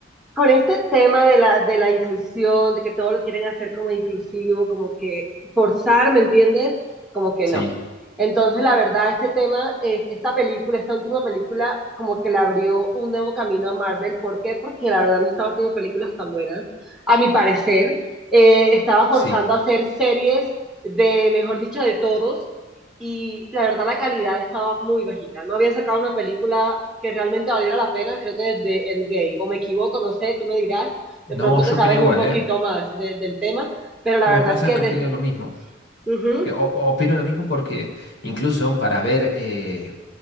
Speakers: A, in the centre; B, on the left (about 70°).
A: con este tema de la, de la inclusión, de que todo lo quieren hacer como inclusivo, como que forzar, ¿me entiendes? Como que
B: Sí,
A: no. Entonces, la verdad, este tema, eh, esta película, esta última película, como que le abrió un nuevo camino a Marvel. ¿Por qué? Porque la verdad no estaba haciendo películas tan buenas, a mi parecer. Eh, estaba forzando
B: sí.
A: a hacer series de, mejor dicho, de todos, y la verdad la calidad estaba muy bajita. No había sacado una película que realmente valiera la pena, creo que desde Endgame o me equivoco, no sé, tú me dirás,
B: No,
A: de pronto
B: yo
A: que sabes
B: opino igual,
A: un poquito
B: ¿eh?
A: más de- del tema, pero la
B: Me
A: verdad
B: pasa
A: es que
B: que
A: de...
B: opino lo mismo.
A: Ujú,
B: Eh, o- opino lo mismo porque incluso para ver eh,